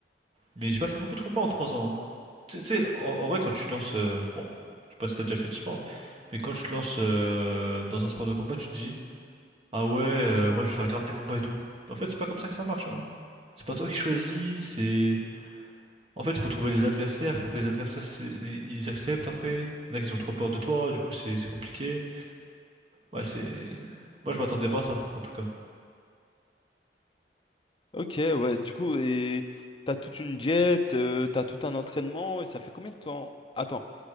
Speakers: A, on the right (about 35°); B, on the left (about 30°).
A: Mais j'ai pas fait beaucoup de combats en 3 ans. hein. Tu sais, en, en vrai, quand tu te lances. euh, bon, je sais pas si t'as déjà fait du sport, mais quand tu te lances euh, dans un sport de combat, tu te dis, ah ouais, euh, moi je vais faire grave des combats et tout. Mais en fait, c'est pas comme ça que ça marche, hein. C'est pas toi qui choisis, c'est. En fait, il faut trouver les adversaires, faut que les adversaires c'est- ils acceptent après. Il y en a qui ont trop peur de toi, du coup c'est c'est compliqué. Ouais, c'est. Moi je m'attendais pas à ça, en tout cas.
B: Ok, ouais, du coup, et t'as toute une diète, euh, t'as tout un entraînement, et ça fait combien de temps? Attends,